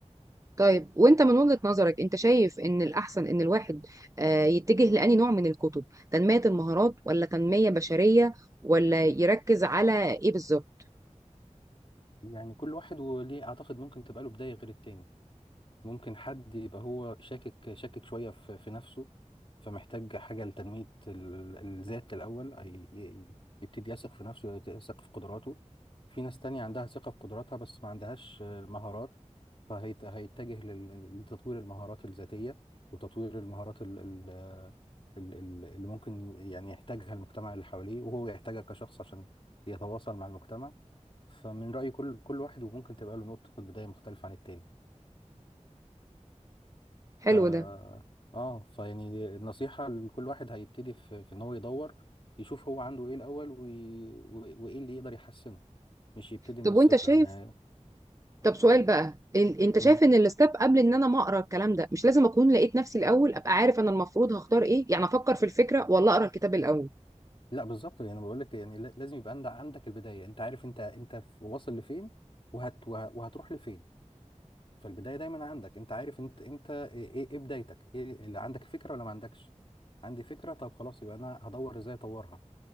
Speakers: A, on the right; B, on the left.
A: طيب وانت من وجهة نظرك انت شايف ان الاحسن ان الواحد آه، يتجه لأني نوع من الكتب تنمية المهارات ولا تنمية بشرية ولا يركز على ايه بالظبط
B: يعني كل واحد وليه أعتقد ممكن تبقى له بداية غير التاني ممكن حد يبقى هو شاكك شاكك شوية في في نفسه فمحتاج حاجة لتنمية ال- الذات الأول أي- ي- ي- يبتدي يثق في نفسه يثق في قدراته في ناس تانية عندها ثقة في قدراتها بس ما عندهاش آه، مهارات فهيتجه لتطوير المهارات الذاتية وتطوير المهارات ال- ال- آه، ال- ال- اللي ممكن يعني يحتاجها المجتمع اللي حواليه وهو يحتاجها كشخص عشان يتواصل مع المجتمع فمن رأيي كل كل واحد وممكن تبقى له نقطة بداية مختلفة عن التاني
A: حلو
B: ف
A: ده
B: اه فيعني النصيحة لكل واحد هيبتدي في, في ان هو يدور يشوف هو عنده ايه الاول وي... و- وايه اللي يقدر يحسنه مش يبتدي من
A: طب
B: الصفر
A: وانت شايف
B: انا
A: طب سؤال بقى إن- انت شايف
B: مم.
A: ان الستاب قبل ان انا ما اقرا الكلام ده مش لازم اكون لقيت نفسي الاول ابقى عارف انا المفروض هختار ايه يعني افكر في الفكرة ولا اقرا الكتاب الاول
B: لا بالظبط يعني بقول لك يعني لا- لازم يبقى عندك عندك البداية انت عارف انت انت في- واصل لفين وهت... وه- وهتروح لفين فالبداية دايما عندك انت عارف انت انت ايه ايه إيه بدايتك ايه اللي عندك فكرة ولا ما عندكش عندي فكرة طب خلاص يبقى انا هدور ازاي اطورها